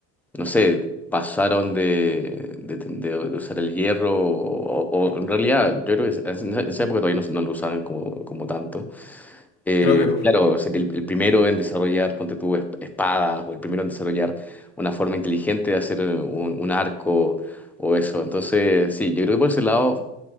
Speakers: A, in the centre; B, on the left.
A: no sé, pasaron de, de, de- de usar el hierro o, o- o en realidad, yo creo que en esa en esa época todavía no, se- no lo usaban como, como tanto. Eh,
B: Creo que no.
A: claro, sería el, el primero en desarrollar, ponte tú, esp- espadas, o el primero en desarrollar una forma inteligente de hacer eh, un, un arco o eso. Entonces, sí, yo creo que por ese lado,